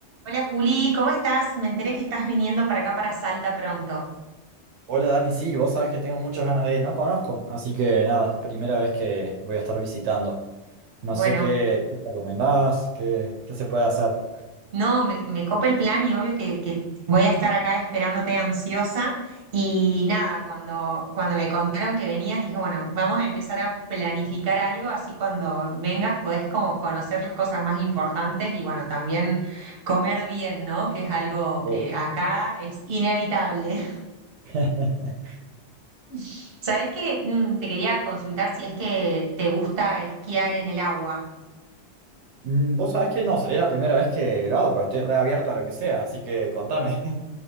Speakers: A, on the right; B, on the right.
A: Hola Juli, ¿cómo estás? Me enteré que estás viniendo para acá, para Salta pronto.
B: Hola Dani, sí, vos sabés que tengo muchas ganas de ir, no conozco, así que nada, primera vez que voy a estar visitando. No
A: Bueno,
B: sé qué qué recomendás, qué, qué se puede hacer.
A: no, me, me copa el plan y obvio que, que voy a estar acá esperándote ansiosa. Y nada, cuando, cuando me contaron que venías, dije, bueno, vamos a empezar a planificar algo, así cuando vengas podés como conocer las cosas más importantes y bueno, también comer bien, ¿no? Que es algo que
B: Oh.
A: acá es inevitable.
B: <laughs>
A: <laughs> ¿Sabés qué? Mm, Te quería consultar si es que te gusta esquiar en el agua.
B: Mm, Vos sabés que no, sería la primera vez que lo hago, pero estoy reabierto a lo que sea, así que contame.